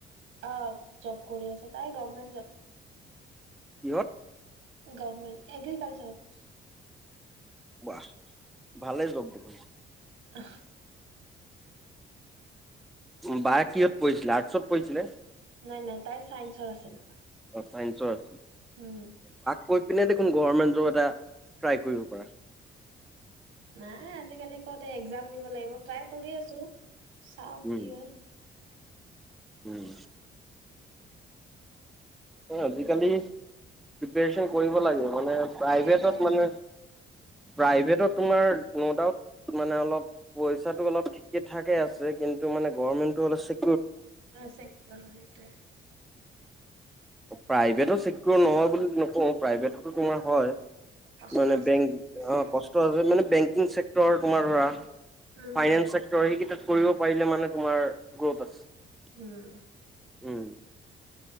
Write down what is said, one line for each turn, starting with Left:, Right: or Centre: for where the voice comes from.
Right: অ জব কৰি আছ তাই গভমেণ্ট জব
Centre: ইহঁত
Right: গভমেণ্ট এগ্ৰিকালচাৰত
Centre: ৱাহ ভালেই যওক দেখন
Right: <inaudible>
Centre: উম বাই কিহত পৰিঢ়ছিলে আৰ্টছত পৰিঢিছিলে।
Right: নাই নাই তাই চাইন্সৰ আছিল।
Centre: চাইঞ্চৰ
Right: উম
Centre: কৈ পিনে দেখোন গভমেণ্ট জব এটা ট্ৰাই কৰিব পাৰা।
Right: নাই আজিকালি কত এক্জাম দিব লাগিব ট্ৰাই কৰি আছো। চা ও
Centre: উম
Right: কি হয়
Centre: উম আজিকালি প্ৰিপেছন কৰিব লাগে মানে প্ৰাইভেটত
Right: সেইটোৱে
Centre: মানে প্ৰাইভেটত তোমাৰ ন মতা মানে অলপ পইচাটো অলপ ঠিকে থাকে আছে। কিন্তু মানে গভৰ্মেন্তটো অলপ চে
Right: অ চেক <unintelligible>
Centre: প্ৰাইভেটো চিকিৰ নহয় বুলি নকওঁ প্ৰাইভেটতো তোমাৰ হয়
Right: কষ্ট
Centre: মানে
Right: আছে
Centre: বেংক
Right: বেছি।
Centre: অ কষ্ট আছে মানে বেংকিং চেক্টৰ তোমাৰ ধৰা
Right: উম হুম।
Centre: ফাইনেন্স চেক্টৰ সেইকেইটাত কৰিব পাৰিলে মানে তোমাৰ গ্ৰ'থ আছে।
Right: উম
Centre: উম,